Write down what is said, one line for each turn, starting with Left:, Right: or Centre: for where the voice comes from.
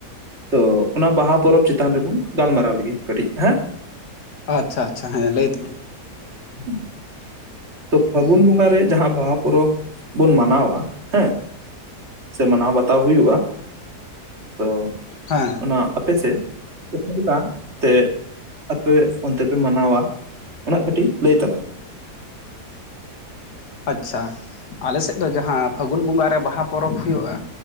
Right: ᱛᱚ ᱚᱱᱟ ᱵᱟᱦᱟ ᱯᱚᱨᱚᱵᱽ ᱪᱮᱛᱟᱱ ᱨᱮᱵᱚᱱ ᱜᱟᱞᱢᱟᱨᱟᱣ ᱞᱮᱜᱮ ᱠᱟᱹᱴᱤᱡ ᱦᱮᱸ᱾
Left: ᱟᱪᱪᱷᱟ ᱟᱪᱪᱷᱟ ᱦᱮᱸ ᱞᱟᱹᱭ <inaudible>
Right: <inaudible> ᱛᱚ ᱯᱷᱟᱹᱜᱩᱱ ᱵᱚᱸᱜᱟ ᱨᱮ ᱡᱟᱦᱟᱸ ᱵᱟᱦᱟ ᱯᱚᱨᱚᱵᱽ ᱵᱚᱱ ᱢᱟᱱᱟᱣᱟ ᱦᱮᱸ, ᱥᱮ ᱢᱟᱱᱟᱣ ᱵᱟᱛᱟᱣ ᱦᱩᱭᱩᱜᱼᱟ, ᱛᱚ
Left: ᱦᱮᱸ
Right: ᱚᱱᱟ ᱟᱯᱮ ᱥᱮᱜ ᱚᱠᱟ ᱞᱮᱠᱟ ᱛᱮ ᱟᱯᱮ ᱚᱱᱛᱮ ᱯᱮ ᱢᱟᱱᱟᱣᱟ ᱚᱱᱟ ᱠᱟᱹᱴᱤᱡ ᱞᱟᱹᱭ ᱛᱟᱞᱟᱝ ᱢᱮ?
Left: ᱟᱪᱪᱷᱟ, ᱟᱞᱮ ᱥᱮᱫ ᱫᱚ ᱡᱟᱦᱟᱸ ᱯᱷᱟᱹᱜᱩᱱ ᱵᱚᱸᱜᱟ ᱨᱮ ᱵᱟᱦᱟ ᱯᱚᱨᱚᱵᱽ ᱦᱩᱭᱩᱜᱼᱟ,